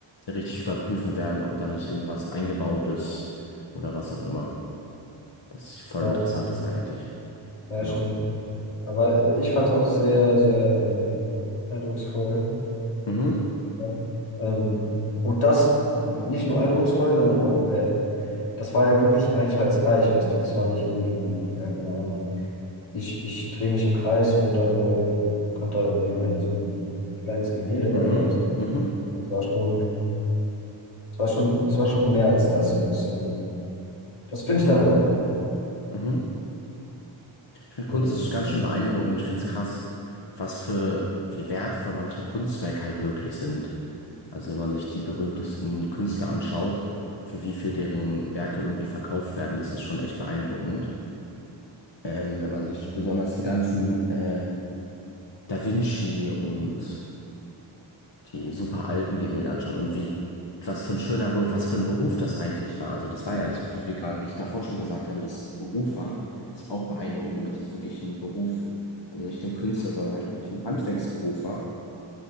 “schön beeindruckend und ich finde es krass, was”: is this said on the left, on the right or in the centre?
Left